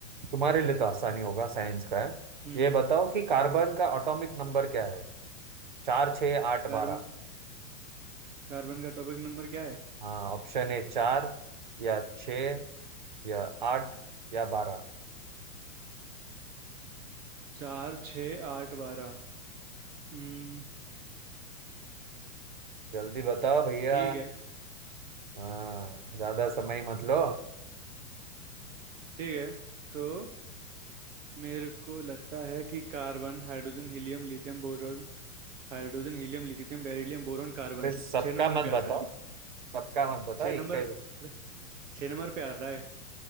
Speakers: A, on the right (about 35°); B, on the right (about 60°).
A: तुम्हारे लिए तो आसानी होगा साइंस का है
B: हम्म
A: ये बताओ कि कार्बन का एटॉमिक नंबर क्या है चार छः आठ
B: कार्बन
A: बारह
B: कार्बन का टॉपिक नंबर क्या है
A: हाँ ऑप्शन है चार या छः या आठ या बारह
B: चार छ आठ बारह हम्म
A: जल्दी बताओ भैया
B: ठीक है
A: हाँ ज्यादा समय मत लो
B: ठीक है तो मेरे को लगता है कि carbon hydrogen helium lithium boron hydrogen helium lithium beryllium boron carbon
A: फिर सबका
B: छह number
A: मत
B: पे
A: बताओ
B: आता है
A: सबका मत बताओ
B: छह
A: एक
B: नंबर
A: का ही
B: अरे, छह नंबर पे आ रहा है